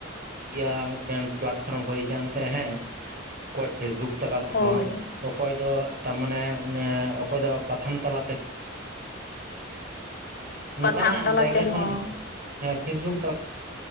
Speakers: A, on the right; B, on the left.
A: ᱜᱤᱭᱟᱹ ᱢᱤᱫᱴᱮᱱ ᱯᱞᱟᱴᱯᱷᱨᱚᱢ ᱦᱩᱭ ᱟᱠᱟᱱ ᱛᱮ ᱦᱮᱸ ᱚᱠᱚᱭ ᱯᱷᱮᱥᱵᱩᱠ, ᱛᱟᱞᱟ ᱛᱮᱦᱚᱸ
B: ᱦᱳᱭ
A: ᱚᱠᱚᱭ ᱫᱚ ᱛᱟᱨᱢᱟᱱᱮ ᱚᱠᱚᱭ ᱫᱚ ᱯᱟᱛᱷᱟᱢ ᱛᱟᱞᱟ ᱛᱮᱦᱚᱸ, ᱱᱚᱝᱠᱟᱱᱟᱜ
B: ᱯᱟᱛᱷᱟᱢ ᱛᱟᱞᱟ
A: ᱡᱟᱭᱜᱟ
B: ᱛᱮᱦᱚᱸ
A: ᱠᱷᱚᱱᱟᱜ ᱦᱮᱸ ᱯᱷᱮᱥᱵᱩᱠ ᱛᱟᱞᱟ ᱛᱮ᱾